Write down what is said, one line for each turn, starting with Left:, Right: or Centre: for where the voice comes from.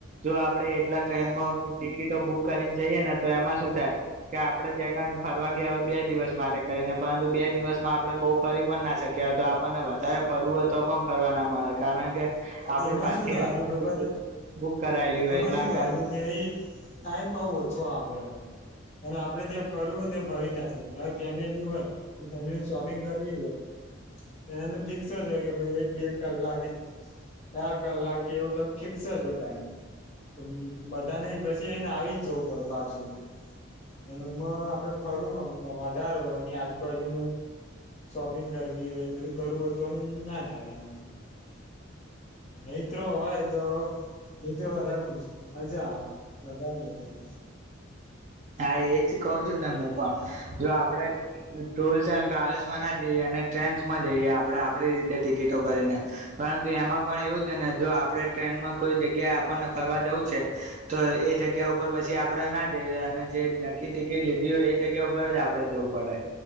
Right: જો આપડે એટલા, ટ્રેનમાં ટિકિટો બુક. કરીને જઈએ, ને તો એમાં શું થાય. કે આપણે, ત્યાં કઈને ફરવા. બે દિવસ માટે કરીને. પરંતુ બે દિવસમાં આપણે બહુ ફરી પણ ના શકી્યા હોય, તો આપણને વધારે ફરવું હોય, તો પણ ફરવા ના મળે કારણ કે.
Left: હ,
Right: આપડી
Left: એમાં
Right: પાછી
Left: શું ધારું
Right: આવવાની
Left: ખબર,
Right: ટિકિટ બુક કરાયેલી હોય
Left: એમાં
Right: એટલા
Left: શું ધારું
Right: કારણે
Left: કે ટાઈમ બઉ ઓછો આપે. અને આપડે જ્યાં ફરવું હોય, ને ત્યાં ફરી ના ફેમિલી હોય, ફેમિલી શોપિંગ કરવી હોય, એની અંદર ફિક્સ. જ હોય, કે ભાઈ એક બે. કલાાગી ચાર કલાક, એવું કઈ ફિક્સ જો ટાઈમ. હમ્મ, બધાની બસ. જે એને આવીજ જવું, પડે પાછું. <unintelligible> વધાર હોય, એની આજુબાજુનું શોપિંગ કરવી હોય, બધું કરવું હોય, તો ના થાય એના. અત્તરો હોય, તો. એ તો, આરામની. મજા આવે, વધારે મજા આવે.
Right: હા, એ જ કહ છુંને, હું પણ જો આપણે ટુર્સ એન્ડ ટ્રાવેલ્સમા ના જઈએ અને ટ્રેન્સમાં જઈએ આપણે આપડી રીતે ટિકિટો કરીને પરંતુ એમાં પણ એવું છેને, જો આપણે ટ્રેનમાં કોઈ જગ્યાએ આપણને ફરવા જવું છે, તો એ જગ્યા ઉપર પછી આપણે ના જઈએ અને. જે નક્કી ટિકિટ લીધી હોય, એ જગ્યા ઉપર જ આપડે જવું પડે.